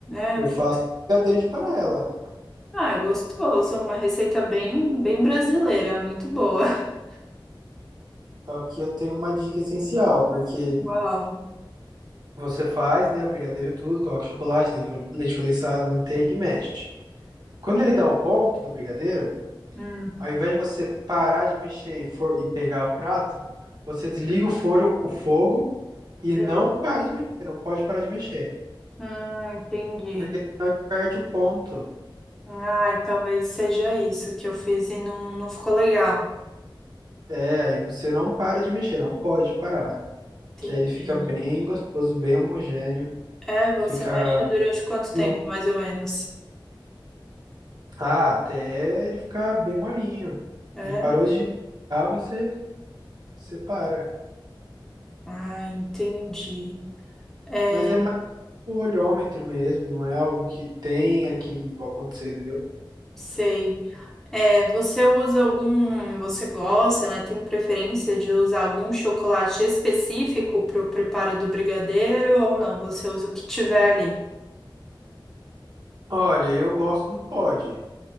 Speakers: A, in the centre; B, on the right (about 50°).
A: É,
B: Eu
A: o que-
B: faço brigadeiro de panela.
A: Ah, é gostoso, é uma receita bem, bem brasileira, muito boa. <laughs>
B: Só que eu tenho uma dica essencial, porque
A: Uau.
B: você faz, né, o brigadeiro e tudo, coloca chocolate, leite leite condensado, manteiga e mexe. Quando ele dá o ponto do brigadeiro,
A: Hum,
B: Ao invés de você parar de mexer e, for, e pegar o prato, você desliga o, foro, o fogo e
A: sei.
B: não para de mexer. Não pode parar de mexer.
A: Hum, entendi.
B: Porque senão ele perde o ponto.
A: Ai, talvez seja isso que eu fiz e não, não ficou legal.
B: É, aí você não para de mexer, não pode parar.
A: Entendi.
B: Que aí ele fica bem gostoso, bem homogêneo.
A: É, você
B: Fica
A: mexe durante quanto tempo,
B: meio.
A: mais ou menos?
B: Ah, até ele ficar bem molinho.
A: É.
B: Ele parou de ah, você separa.
A: Ah, entendi. É,
B: Mas é mais o olhômetro mesmo, não é algo que tenha que acontecer, entendeu?
A: sei. É, você usa algum, você gosta, né? Tem preferência de usar algum chocolate específico para o preparo do brigadeiro ou não? Você usa o que tiver ali?
B: Olha, eu gosto do pod.